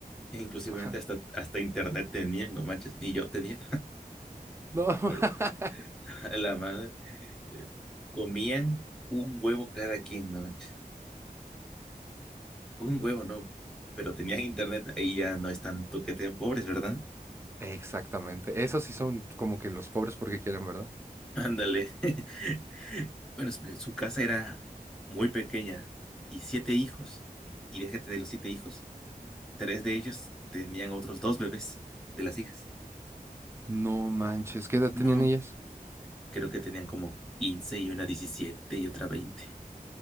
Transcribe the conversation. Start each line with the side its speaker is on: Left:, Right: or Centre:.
Centre: e inclusivemente
Right: <laughs> Ajá.
Centre: hasta, hasta internet tenían, no manches, ni yo tenía.
Right: No.
Centre: Ahora,
Right: <laughs>
Centre: <laughs> A la madre, eh, comían un huevo cada quien, no manches. Un huevo, no. Pero tenían internet, ahí ya no es tanto que te den pobres, ¿verdad?
Right: Exactamente. Esos sí son como que los pobres porque quieren, ¿verdad?
Centre: Ándale. <laughs> Bueno, su su casa era muy pequeña y siete hijos. Y déjate de los siete hijos. Tres de ellos tenían otros dos bebés de las hijas.
Right: No manches, ¿qué edad tenían
Centre: No,
Right: ellas?
Centre: creo que tenían como 15 y una 17 y otra 20.